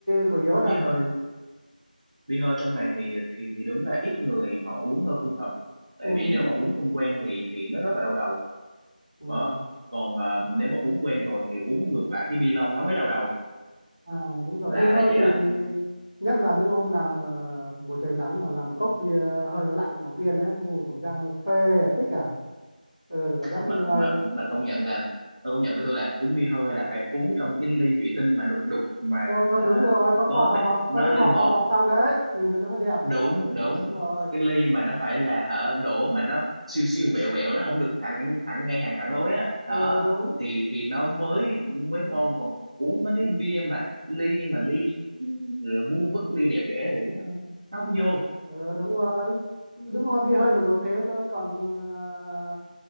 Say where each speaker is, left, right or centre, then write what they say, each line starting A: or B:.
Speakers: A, in the centre; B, on the right.
A: chủ yếu
B: À,
A: là
B: bia hơi bia hơi trong này thì thì thì đúng là ít người họ uống hơn thật tại
A: ừ.
B: vì nếu mà uống không quen thì thì nó rất là đau đầu
A: Ừ.
B: đó còn à, nếu mà uống quen rồi thì uống ngược lại cái bia lon nó mới đau đầu
A: À, đúng rồi
B: lạ
A: bia hơi
B: là vậy
A: thì
B: đó
A: nhất là những hôm nào mà buổi trời nóng mà làm một cốc bia hơi nó lạnh đầu tiên đấy ui cảm giác nó phê à, thích à ừ, cảm giác
B: mà
A: người
B: mà mà công nhận là tôi công nhận với tôi là uống bia hơi là phải uống trong cái ly thủy tinh mà đục đục mà
A: ừ,
B: à,
A: đúng rồi có cái
B: có
A: bọt bọt
B: mấy-
A: bọt
B: nó
A: có cái
B: lên
A: bọt
B: bọt
A: bọt bọt trong đấy nhìn nó nó mới đẹp
B: đúng
A: đúng không
B: đúng
A: đúng rồi
B: cái ly mà nó phải là hả đổ mà nó siêu siêu vẹo vẹo nó không được thẳng thẳng ngay hàng thẳng lối á
A: ừ,
B: đó
A: đúng
B: thì thì nó mới mới ngon còn uống mấy cái bia mà ly mà ly ừ, vuông vức ly đẹp đẽ thì nó không nó không vô
A: ừ, đúng rồi đúng rồi bia hơi phải uống thế còn còn ờ,